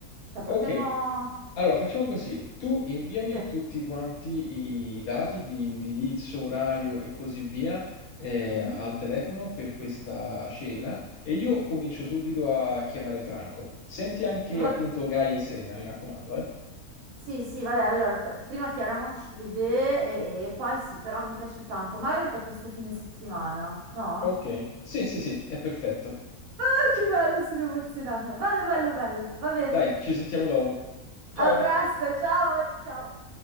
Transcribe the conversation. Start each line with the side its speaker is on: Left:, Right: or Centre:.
Right: Cioè, potremmo...
Left: ok, Allora, facciamo così. Tu inviami
Right: Sì.
Left: tutti quanti i dati di indirizzo, orario e così via eh,
Right: mhm.
Left: al telefono per questa cena e io comincio subito a chiamare Franco. Senti anche
Right: Va
Left: appunto
Right: bene.
Left: Gaia e Serena, mi raccomando, eh.
Right: Sì, sì, vabbè, allora p- prima chiariamoci le idee e, e poi sì, però mi piace tanto, magari per questo fine settimana, no?
Left: Ok, sì, sì, sì, è perfetto.
Right: Ah, che bello, sono emozionata. Bello, bello, bello. Va bene.
Left: Dai, ci sentiamo dopo. Ciao.
Right: A presto, ciao, ciao.